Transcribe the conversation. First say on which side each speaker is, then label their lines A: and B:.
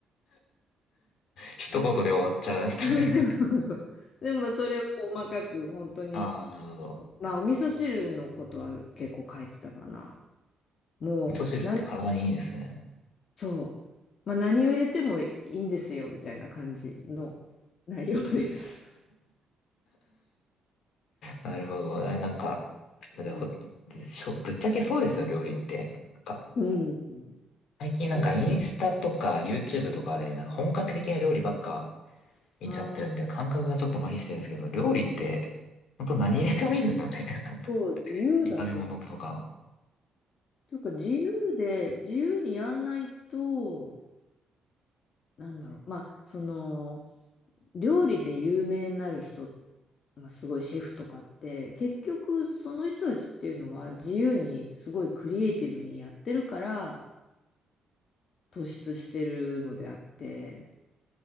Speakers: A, on the left (about 75°); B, on the left (about 55°).
A: 一言で終わっちゃうってね。
B: そうそうそうそう。でもそれを細かく本当に、
A: ああ、なるほど。
B: まあお味噌汁のことは結構書いてたかな。もう
A: 味噌汁って体にいいんですね。
B: そう。まあ、何を入れてもいいんですよ、みたいな感じの内容です。
A: なるほどね。なんか、でほ、
B: うん。
A: しょ、ぶっちゃけそうですよ、料理って。なんか、
B: うん。
A: 最近なんかインスタとか
B: そうだ
A: YouTube とかで、なんか本格的な料理ばっか見ちゃってるんで、
B: な。
A: 感覚がちょっと麻痺してるんですけど、料理って、ほんと何入れてもいいですもんね。
B: そう、
A: <laughs>
B: 自由だと思う。
A: 炒め物とか。
B: というか、自由で、自由にやんないと、なんだろう。まあ、その、料理で有名になる人、まあ、すごいシェフとかって、結局、その人たちっていうのは、自由に、すごいクリエイティブにやってるから、突出してるのであって、